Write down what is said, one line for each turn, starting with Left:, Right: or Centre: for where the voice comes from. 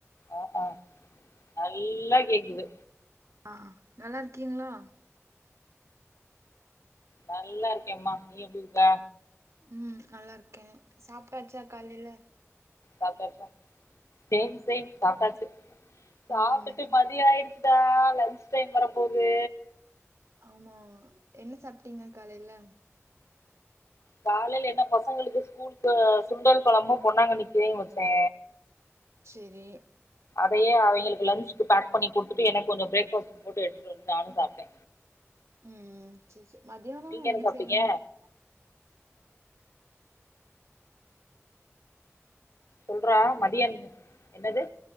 Left: ஆ ஆ நல்லா கேக்குது
Right: ஆ நல்லாருக்கீங்ளா
Left: நல்லா இருக்கேம்மா நீ எப்டி இருக்க
Right: ம் நல்லார்க்கே சாப்ட்டாச்சா காலேல
Left: சாப்டாச்சா சேம் சேம் சாப்டாச்சு சாப்டுட்டு
Right: ம் என்-
Left: மதியோ ஆய்றுச் சா லன்ச் டைம் வர போது
Right: ஆமா என்ன சாப்ட்டீங்க காலேல
Left: காலேல என்ன பசங்களுக்கு ஸ்கூலுக்கு சுண்டல் கொழம்பு பொன்னாங்கன்னி கீரையு வச்சே
Right: செர்ரி
Left: அதயே அவய்களுக்கு லஞ்சுக்கு பேக் பண்ணி குடுத்துட்டு எனக்கு கொஞ்சோ பிரேக்ஃபாஸ்ட்க்கு போட்டு எடுத்துட்டு வன்ட்டு நானு சாப்ட்டே
Right: ம் ம் செர் செர் மதியானோ
Left: நீங்க
Right: என்ன
Left: சாப்ட்டீங்க
Right: செய்யலானு இருக்கீங்க
Left: சொல்றா மதியோ என்ன என்னது